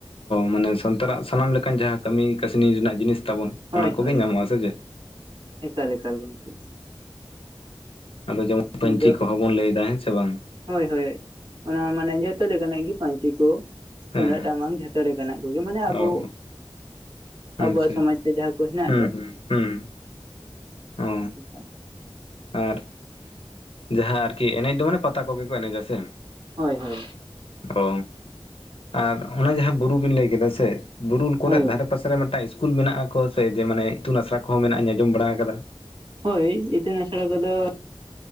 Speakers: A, on the left; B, on the right.
A: ᱢᱟᱱᱮ ᱥᱟᱱᱛᱟᱨᱟᱜ ᱥᱟᱱᱟᱢ ᱞᱮᱠᱟᱱ ᱡᱟᱦᱟᱸ ᱠᱟᱹᱢᱤ ᱠᱟᱹᱥᱱᱤ ᱨᱮᱱᱟᱜ ᱡᱤᱱᱤᱥ ᱛᱟᱵᱚᱱ,
B: ᱦᱳᱭ
A: ᱚᱱᱟ ᱠᱚᱜᱮ
B: ᱦᱳᱭ
A: ᱧᱟᱢᱚᱜ ᱟᱥᱮ ᱪᱮᱫ?
B: ᱮᱠᱟᱞ ᱮᱠᱟᱞ ᱜᱚᱝᱠᱮ
A: ᱚᱸᱻ ᱟᱫᱚ ᱡᱮᱢᱚᱱ
B: ᱤᱱᱠᱟᱹ
A: ᱯᱟᱹᱧᱪᱤ ᱠᱚᱦᱚᱸ ᱵᱚᱱ ᱞᱟᱹᱭᱫᱟ ᱦᱮᱸ ᱥᱮ ᱵᱟᱝ?
B: ᱦᱳᱭ ᱦᱳᱭ, ᱚᱱᱟ ᱢᱟᱱᱮ ᱡᱚᱛᱚ ᱞᱮᱠᱟᱱᱟᱜ ᱜᱮ ᱯᱟᱹᱧᱪᱤ ᱠᱚ, ᱛᱩᱢᱫᱟᱹᱜ
A: ᱦᱮᱸ ᱦᱮᱸ
B: ᱴᱟᱢᱟᱠ ᱡᱷᱚᱛᱚ ᱞᱮᱠᱟᱱᱟᱜ ᱠᱚᱜᱮ, ᱢᱟᱱᱮ ᱟᱵᱚ
A: ᱚ ᱟᱪᱪᱷᱟ
B: ᱟᱵᱚᱣᱟᱜ ᱥᱚᱢᱟᱡ ᱨᱮ ᱡᱟᱦᱟᱸ ᱠᱚ ᱦᱮᱱᱟᱜ
A: ᱦᱩᱸ
B: ᱫᱚ,
A: ᱦᱩᱸ ᱦᱩᱸ
B: <inaudible>
A: ᱚ ᱟᱨ ᱡᱟᱦᱟᱸ ᱟᱨᱠᱤ ᱮᱱᱮᱡ ᱫᱚ ᱢᱟᱱᱮ ᱯᱟᱛᱟ ᱠᱚᱜᱮ ᱠᱚ ᱮᱱᱮᱡᱟ ᱥᱮ?
B: ᱦᱳᱭ ᱦᱳᱭ
A: ᱚ ᱟᱨ ᱚᱱᱟ ᱡᱟᱦᱟᱸ ᱵᱩᱨᱩ ᱵᱤᱱ ᱞᱟᱹᱭ ᱠᱮᱫᱟ ᱥᱮ, ᱵᱩᱨᱩ ᱠᱚᱨᱮ
B: ᱦᱳᱭ
A: ᱫᱷᱟᱨᱮ ᱟᱰᱮ ᱯᱟᱥᱮ ᱨᱮ ᱢᱤᱫᱴᱟᱝ ᱤᱥᱠᱩᱞ ᱢᱮᱱᱟᱜ ᱠᱚ ᱥᱮ ᱡᱮ ᱢᱟᱱᱮ ᱤᱛᱩᱱ ᱟᱥᱲᱟ ᱠᱚᱦᱚᱸ ᱢᱮᱱᱟᱜᱼᱟ ᱟᱸᱡᱚᱢ ᱵᱟᱲᱟ ᱟᱠᱟᱫᱟ᱾
B: ᱦᱳᱭ ᱤᱛᱩᱱ ᱟᱥᱲᱟ ᱠᱚᱫᱚ,